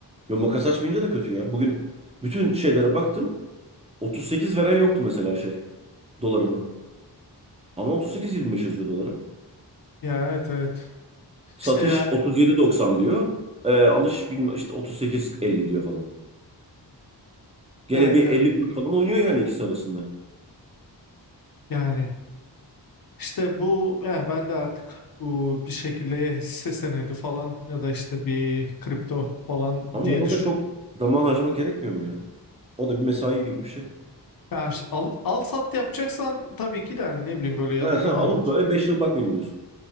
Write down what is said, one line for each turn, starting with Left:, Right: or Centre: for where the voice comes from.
Right: Yo makas açmayınca da kötü ya. Bugün bütün şeylere baktım. 38 veren yoktu mesela şey. Dolarımı. Ama 38.25 yazıyor dolara.
Left: Ya evet evet.
Right: Satış
Left: İşte ya
Right: 37.90 diyor. Ee, alış bilmem işte 38.50 diyor falan. Gene
Left: evet
Right: bir
Left: evet.
Right: 50 kuruş falan oynuyor yani ikisi arasında.
Left: Yani işte bu yani ben de artık bu bir şekilde ya hisse senedi falan ya da işte bir kripto falan
Right: Ama
Left: diye
Right: ona
Left: düşünüyorum.
Right: da çok zaman harcamak gerekmiyor mu ya? O da bir mesai gibi bir şey.
Left: Ya, ş- al, al sat yapacaksan tabii ki de hani ne bileyim böyle yatırım
Right: Ha, sen alıp
Left: amaçlı.
Right: böyle 5 yıl bakmayayım diyorsun.